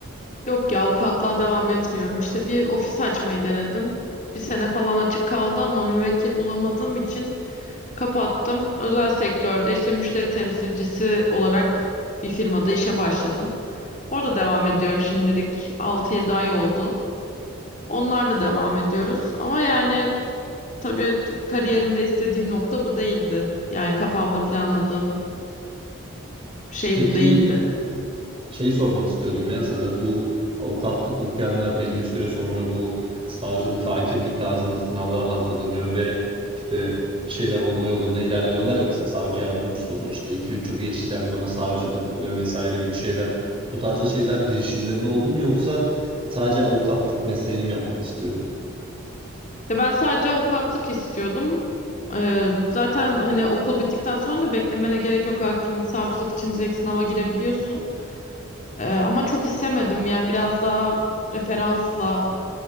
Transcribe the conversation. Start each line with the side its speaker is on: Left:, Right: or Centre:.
Left: Yok ya avukatlığa devam etmiyorum. İşte bir ofis açmayı denedim. Bir sene falan açık kaldı ama müvekkil bulamadığım için kapattım. Özel sektörde işte müşteri temsilcisi olarak bir firmada işe başladım. Orada devam ediyorum şimdilik altı yedi ay oldu. Onlarla devam ediyoruz ama yani tabii kariyerimde istediğim nokta bu değildi. Yani kafamda planladığım şey
Right: Peki
Left: bu değildi.
Right: şey sormak istiyordum ya sana bu avukatlık okuyanlar belli bir süre sonra bu savcılık, hakimlik tarzında sınavlara hazırlanıyor ve işte bir şeyler olma yolunda ilerliyorlar ya mesela savcı yardımcısı oluyor işte iki üç yıl geçtikten sonra savcılık oluyor vesaire gibi şeyler. Bu tarzda şeyler girişimlerin oldu mu yoksa sadece avukatlık mesleğini mi yapmak istiyordun?
Left: E ben sadece avukatlık istiyordum. Ee, zaten hani okul bittikten sonra da beklemene gerek yok. Hakimlik, savcılık için direkt sınava girebiliyorsun. Ee, ama çok istemedim. Yani biraz daha referansla